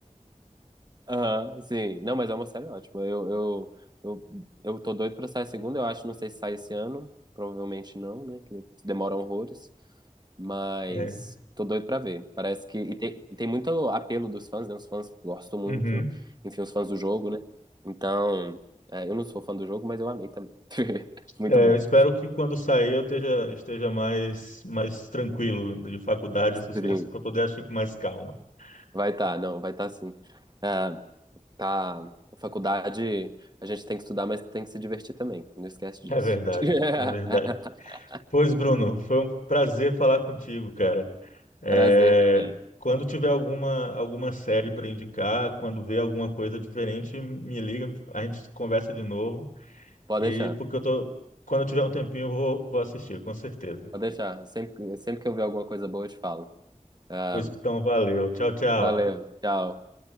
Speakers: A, on the right; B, on the left.
A: Aham, sim. Não, mas é uma série ótima. Eu, eu, eu, eu tô doido pra sair a segunda, eu acho. Não sei se sai esse ano. Provavelmente não, né? Que demora horrores. Mas
B: É.
A: tô doido pra ver. Parece que. E tem, e tem muito apelo dos fãs, né? Os fãs gostam muito.
B: Uhum.
A: Enfim, os fãs do jogo, né? Então. é, eu não sou fã do jogo, mas eu amei também. <laughs> Muito
B: É,
A: boa.
B: eu espero que quando sair eu esteja, esteja mais, mais tranquilo de faculdade,
A: Stream.
B: essas coisas, para poder agir com mais calma. <laughs>
A: Vai tá, não, vai tá sim. Ah, Tá, a faculdade a gente tem que estudar, mas tem que se divertir também. Não esquece disso.
B: É verdade,
A: <laughs>
B: é verdade. Pois, Bruno, foi um prazer falar contigo, cara. É,
A: Prazer também.
B: quando tiver alguma, alguma série para indicar, quando ver alguma coisa diferente, me liga, a gente conversa de novo.
A: Pode
B: E
A: deixar,
B: porque eu tô, quando eu tiver um tempinho, eu vou, vou assistir, com certeza.
A: pode deixar. Sempre, sempre que eu ver alguma coisa boa, eu te falo. Ah,
B: Pois então, valeu. Tchau, tchau.
A: valeu, tchau.